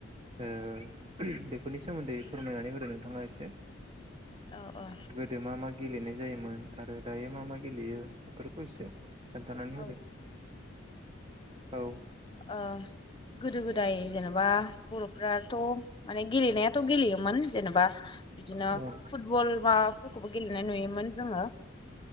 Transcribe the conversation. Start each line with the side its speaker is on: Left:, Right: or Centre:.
Right: ओ बेफोरनि सोमोन्दै फोरमायनानै होदो नोंथाङा एसे
Left: औ औ
Right: गोदो मा मा गेलेनाय जायोमोन आरो दायो मा मा गेलेयो बेफोरखौ एसे खोन्थानानै
Left: औ
Right: होदो औ
Left: ओह गोदो गोदाय जेनेबा बर'फ्राथ' माने गेलेनायाथ' गेलेयोमोन। जेनेबा बिदिनो
Right: औ
Left: फुटबल माबाफोरखौबो गेलेनाय नुयोमोन जोङो।